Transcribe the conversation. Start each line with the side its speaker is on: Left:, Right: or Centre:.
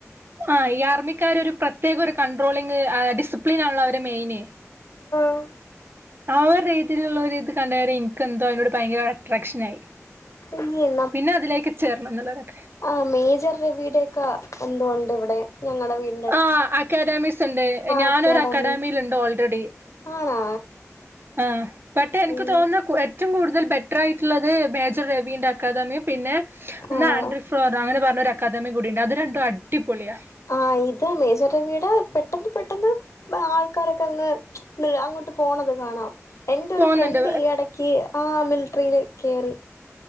Right: ആഹ് യാർമി ക്കര് ഒരു പ്രത്യേക ഒരു കൺട്രോളിംഗ് ഡിസിപ്ലിൻ ആണല്ലോ അവരെ മെയിന്
Left: ഓഹ്
Right: ആ ഒരു രീതിയിലുള്ള ഒരു ഇത് കണ്ടേരെ ഇൻക്ക് എന്തോ അതിനോട് ഭയങ്കര അട്രാക്ഷൻ ആയി
Left: ഈ
Right: പിന്നെ അതിലേക്ക് ചേരണം എന്നള്ള ഒരാഗ്രഹം
Left: ആ മേജർ രവിയുടെ ഒക്കെ എന്തോണ്ട് ഇവിടെ ഞങ്ങളെ വീ
Right: ആ അക്കാഡമിസ് ഉണ്ട് ഞാനൊരു
Left: അക്കാഡമി
Right: അക്കാഡമിൽണ്ട് ഓൾറെഡി
Left: ആണോ
Right: ആ ബട്ട് എനിക്ക്
Left: ഉം
Right: തോന്നുന്ന ഏറ്റവും കൂടുതൽ ബെറ്റർ ആയിട്ടുള്ളത് മേജർ രവിന്റെ അക്കാദമിം പിന്നെ
Left: ആഹ്
Right: ആൻഡ്രിഫ് ഫ് അങ്ങനെ പറഞ്ഞൊരു അക്കാദമി കൂടിയുണ്ട്, അത് രണ്ടും അടിപൊളിയാ.
Left: ആഹ് ഇത് മേജർ രവീടെ പെട്ടെന്ന് പെട്ടെന്ന് ആൾക്കാരൊക്കെ അങ്ങ്. അങ്ങോട്ട് പോണത് കാണാം, എന്റെ ഒരു
Right: പോകുന്നുണ്ട്.
Left: ഫ്രണ്ട് ഈ ഇടക്ക് ആ മിലിട്ടറിൽ കേറി.